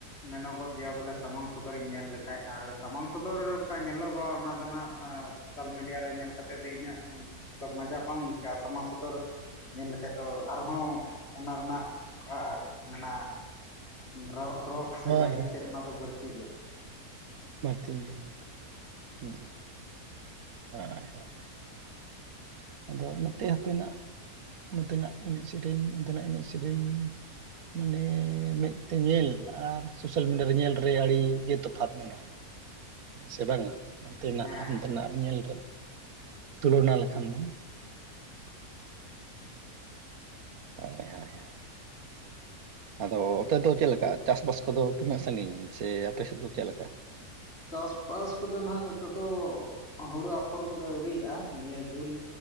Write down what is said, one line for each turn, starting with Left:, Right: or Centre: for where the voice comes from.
Left: ᱢᱮᱱᱚᱜᱚᱜ ᱜᱮᱭᱟ ᱵᱚᱞᱮ ᱥᱟᱢᱟᱝ ᱥᱚᱫᱚᱨ ᱤᱧ ᱧᱮᱞ ᱞᱮᱠᱷᱟᱡ ᱟᱨ ᱥᱟᱢᱟᱝ ᱥᱚᱫᱚᱨ <unintelligible> ᱧᱮᱞᱚᱜᱚᱜᱼᱟ ᱚᱱᱟ ᱫᱚ ᱦᱟᱸᱜ ᱥᱳᱥᱟᱞ ᱢᱤᱰᱤᱭᱟ ᱨᱮ ᱧᱮᱞ ᱠᱟᱛᱮ ᱫᱚ ᱤᱱᱟᱹᱜ ᱢᱟᱱ ᱟᱫᱚ ᱢᱟᱡᱟ ᱵᱟᱝ ᱟᱹᱭᱠᱟᱹᱜᱼᱟ ᱥᱟᱢᱟᱥ ᱥᱚᱫᱚᱨ ᱧᱮᱞ ᱞᱮᱠᱷᱟᱡ ᱫᱚ ᱟᱨ ᱦᱚᱸ ᱚᱱᱟ ᱨᱮᱱᱟᱜ ᱠᱚ ᱢᱮᱱᱟ ᱨᱚ ᱨᱚᱥ ᱥᱮ
Right: ᱦᱳᱭ
Left: ᱜᱟᱹᱵᱤ ᱛᱮᱫ ᱚᱱᱟ ᱫᱚ ᱵᱟᱹᱲᱛᱤ ᱜᱮᱭᱟ᱾
Right: ᱵᱟᱹᱲ ᱛᱤ ᱜᱮᱭᱟ ᱵᱟᱹᱲᱛᱤ ᱜᱮᱭᱟ ᱦᱳᱭ ᱦᱳᱭ ᱟᱫᱚ ᱱᱚᱛᱮ ᱦᱟᱯᱮᱱᱟᱜ ᱱᱚᱛᱮᱱᱟᱜ ᱮᱱᱮᱡ ᱥᱮᱨᱮᱧ ᱱᱚᱱᱚᱛᱱᱟᱜ ᱮᱱᱮᱡ ᱥᱮᱨᱮᱧ᱾ ᱢᱟᱱᱮ ᱢᱮᱫ ᱛᱮ ᱧᱮᱞ ᱟᱨ ᱥᱳᱥᱟᱞ ᱢᱤᱰᱤᱭᱟ ᱨᱮ ᱧᱮᱞ ᱨᱮ ᱟᱹᱰᱤᱜᱮ ᱛᱚᱯᱷᱟᱛ ᱢᱮᱱᱟᱜᱼᱟ᱾ ᱦᱮᱸ ᱥᱮ ᱵᱟᱝᱟ ᱚᱱᱛᱮᱱᱟᱜ
Left: ᱦᱮᱸ
Right: ᱟᱨ ᱱᱚᱱ ᱛᱮᱱᱟᱜ ᱟᱨ ᱧᱮᱞ ᱨᱮ ᱛᱩᱞᱚᱱᱟ ᱞᱮ ᱠᱷᱟᱱ ᱫᱚ ᱦᱳᱭ ᱦᱳᱭ ᱦᱳᱭ ᱟᱫᱚ ᱟᱯᱮ ᱫᱚ ᱪᱮᱫ ᱞᱮᱠᱟ ᱪᱟᱥ ᱵᱟᱥ ᱠᱚ ᱫᱚ ᱛᱤᱱᱟᱹᱜ ᱥᱟᱹᱜᱤᱧ ᱥᱮ ᱟᱯᱮ ᱥᱮᱫ ᱫᱚ ᱪᱮᱫ ᱞᱮᱠᱟ?
Left: ᱪᱟᱥ ᱵᱟᱥ ᱠᱚ ᱫᱚ ᱱᱟᱦᱟᱜ ᱱᱤᱛᱚᱜ ᱫᱚ ᱦᱩᱲᱩ ᱟᱯᱷᱚᱨ ᱠᱚᱫᱚ ᱟᱹᱣᱨᱤᱭᱜᱼᱟ᱾ ᱱᱤᱭᱟᱹ ᱡᱩᱱ